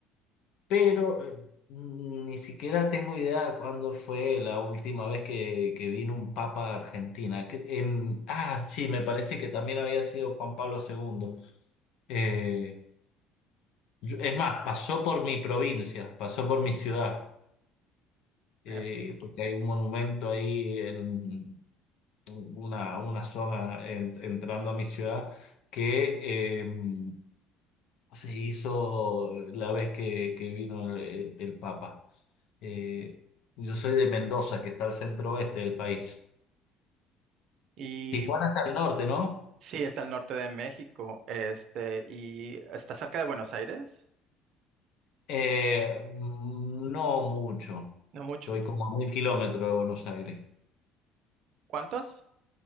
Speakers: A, on the left (about 70°); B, on the right (about 65°).
A: pero eh, ni siquiera tengo idea cuándo fue la última vez que, que vino un papa a Argentina. Que- en- ah, sí, me parece que también había sido Juan Pablo segundo Eh, yo- es más, pasó por mi provincia, pasó por mi ciudad, eh,
B: ver.
A: porque hay un monumento ahí en una, una zona en- entrando a mi ciudad que... em, Se hizo la vez que, que vino el el Papa. Eh, yo soy de Mendoza, que está al centro oeste del país.
B: Y
A: Tijuana está al norte, ¿no?
B: Sí, está al norte de México, este, y está cerca de Buenos Aires,
A: Eh, mm, no mucho.
B: no mucho.
A: Estoy como a mil kilómetros de Buenos Aires.
B: ¿Cuántos?